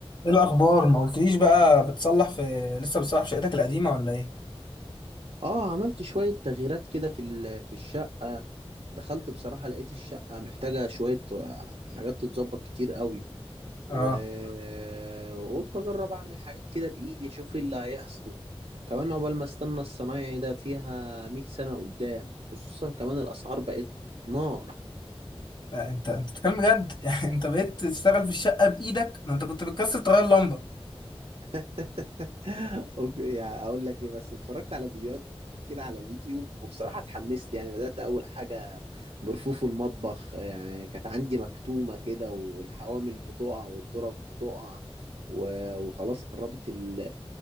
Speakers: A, on the left; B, on the right.
A: ايه الاخبار ما قلتليش بقى بتصلح في لسه بتصلح في شقتك القديمه ولا ايه
B: اه عملت شوية تغييرات كده في ال- في الشقة دخلت بصراحة لقيت الشقة محتاجة شوية آه، حاجات تتظبط كتير قوي
A: اه
B: و- وقلت اجرب اعمل حاجات كده بايدي اشوف ايه اللي هيحصل كمان عقبال ما استنى الصنايعي ده فيها مئة سنة قدام خصوصا كمان الاسعار بقت نار
A: لا انت انت بتتكلم بجد <laughs> يعني انت بقيت تشتغل في الشقه بايدك ده انت كنت بتكسر تغير لمبه
B: <laughs> اوكي يعني اقول لك ايه بس اتفرجت على فيديوهات كده على اليوتيوب وبصراحة اتحمست يعني بدأت اول حاجة برفوف المطبخ يعني كانت عندي مكتومة كده والحوامل بتقع والظرف بتقع و- وخلاص قربت ال-